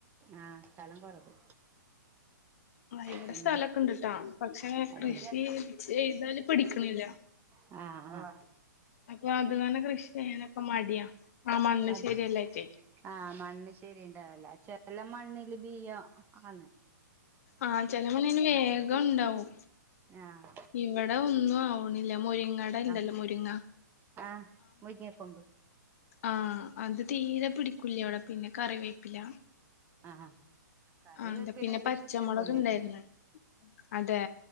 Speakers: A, on the right; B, on the left.
A: ആഹ് സ്ഥലം കുറവ്
B: ആ ഇവിടെ
A: പിന്നെ
B: സ്ഥലൊക്കെ ഇണ്ട്ട്ടാ പക്ഷെ
A: അത്
B: കൃഷി ചെയ്താല് പിടിക്കണില്ല
A: ആ ആ
B: അപ്പൊ അതുകന്നെ കൃഷി ചെയ്യാനൊക്കെ മടിയാ ആ മണ്ണശ്ശേരിയല്ലട്ടേ
A: അത് ആഹ് മണ്ണ് ശരിയ ഉണ്ടാവില ചില മണ്ണില് ബിയം ആന്ന്
B: ആഹ ചില മണ്ണിന് വേഗം ഉണ്ടാവും
A: ആഹ്
B: ഇവിടെ ഒന്നും ആവണില്ല മുരിങ്ങട ഇണ്ടല്ലോ
A: ആഹ്
B: മുരിങ്ങ
A: ആഹ് മുരിങ്ങ കൊമ്പ്
B: ആഹ അത് തീരെ പിടിക്കൂല ഇവിടെ പിന്നെ കറിവേപ്പില
A: ആഹ് കറിവേപ്പില
B: ആഹ അതാ പിന്നെ
A: ഇവിടെ
B: പച്ചമുളക്
A: ഇഷ്ടം പോലെയുണ്ട്
B: ഇണ്ടായിരുന്ന അതെ?